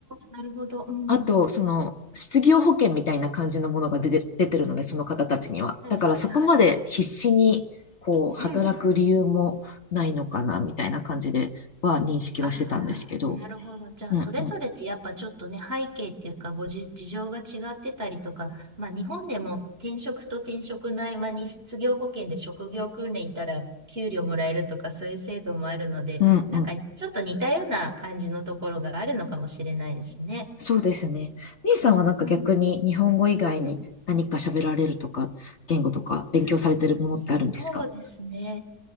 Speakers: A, on the right; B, on the left.
A: なるほど。うん。
B: あと、その、失業保険みたいな感じのものが出て、出てるので、その方たちには。
A: はいはいはいはい。
B: だからそこまで必死に、こう、働く理由もないのかな、
A: うん。
B: みたいな感じでは認識はしてたんですけど。
A: ああ、なるほど。じゃあ、
B: うんうん。
A: それぞれでやっぱちょっとね、背景っていうか、ごじ、事情が違ってたりとか、まあ、日本でも転職と転職の合間に失業保険で職業訓練行ったら給料もらえるとか、そういう制度もあるので、
B: うんうん。
A: なんかちょっと似たような感じのところがあるのかもしれないですね。
B: そうですね。みえさんはなんか逆に日本語以外に何か喋られるとか、
A: うん、うん。
B: 言語とか勉強されてるものってあるんですか
A: そそうですね。